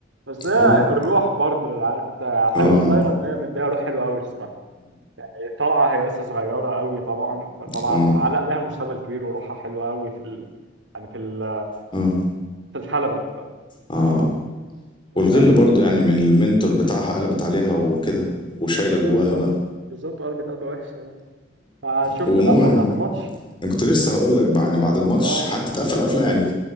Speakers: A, on the right; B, on the left.
A: بس هي
B: اه
A: الروح برضه عارف انت حلو
B: اه
A: في لايرا ان هي مديها روح حلوه قوي الصراحه هي طالعه هي لسه صغيره قوي طبعا فطلعت
B: اه
A: علق لها مستقبل كبير وروحها حلوه قوي في ال... يعني في ال...
B: اه
A: في الحلبه
B: اه
A: مختلفة
B: والغل برضو
A: الصراحة
B: يعني من المنتور بتاعها قلبت عليها وكده وشايله جواها
A: بالظبط
B: بقى
A: بالظبط وقلبت قلبة وحشة يعني شفت
B: ومون
A: القفلة بتاعت الماتش
B: انا كنت لسه هقول لك يعني بعد الماتش
A: اه
B: حتى اتقفل قفله يعني